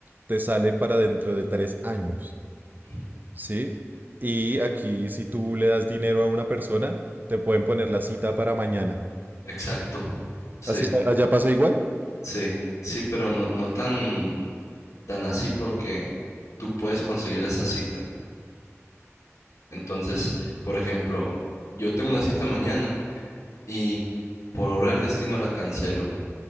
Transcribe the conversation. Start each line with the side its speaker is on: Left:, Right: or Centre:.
Right: te sale para dentro de tres años,
Left: Ujú.
Right: ¿sí? Y aquí si tú le das dinero a una persona, te pueden poner la cita para mañana.
Left: exacto, sí,
Right: ¿Así Sí. pa- allá pasa igual?
Left: sí, sí, pero no, no tan, tan así porque tú puedes conseguir esa cita. Entonces, por ejemplo, yo tengo una cita mañana y por obra del destino la cancelo.